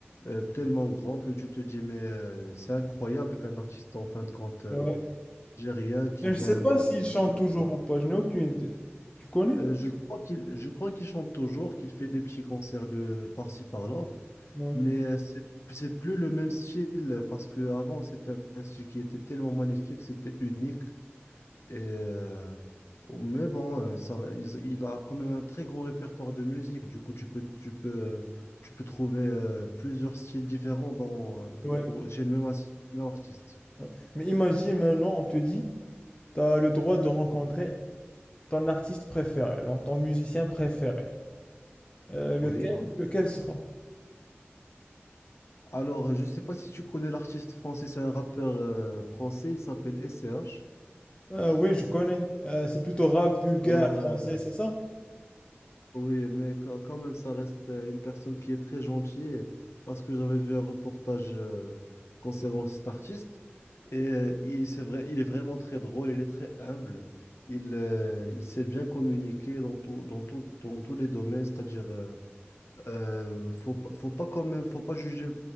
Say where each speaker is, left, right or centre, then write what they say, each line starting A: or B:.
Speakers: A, on the left; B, on the left.
A: euh, tellement grands que tu te dis, mais euh, c'est incroyable qu'un artiste, en fin de compte, euh,
B: Ouais.
A: algérien qui
B: Mais je
A: vient
B: sais pas
A: d'un
B: s'il
A: pays.
B: chante toujours ou pas, je n'ai aucune idée. Tu connais?
A: euh, je crois qu'il, je crois qu'il chante toujours, qu'il fait des petits concerts de par-ci par-là.
B: Ouais.
A: Mais euh, c'est c'est plus le même style euh, parce que avant c'était un style qui était tellement magnifique, c'était unique. Et, euh, mais bon, euh, ça, il, il a quand même un très grand répertoire de musique. Du coup, tu peux, tu peux, tu peux trouver euh, plusieurs styles différents dans,
B: Ouais.
A: pour, chez le même, as- même artiste.
B: ouais. Mais imagine maintenant, on te dit, t'as le droit de rencontrer ton artiste préféré, donc ton musicien préféré. Euh, lequel,
A: Oui.
B: lequel sera?
A: Alors, euh, je ne sais pas si tu connais l'artiste français, c'est un rappeur euh, français, il s'appelle SCH.
B: Ah oui, je connais. Euh, c'est plutôt rap vulgaire
A: Alors,
B: français,
A: euh,
B: c'est ça?
A: Oui, mais quand quand même, ça reste euh, une personne qui est très gentille et- parce que j'avais vu un reportage euh, concernant cet artiste et euh, il, c'est vrai, il est vraiment très drôle, il est très humble, il, euh, il sait bien communiquer dans tout, dans tout, dans tous les domaines, c'est-à-dire euh, euh, faut, pas- faut pas quand même, faut pas juger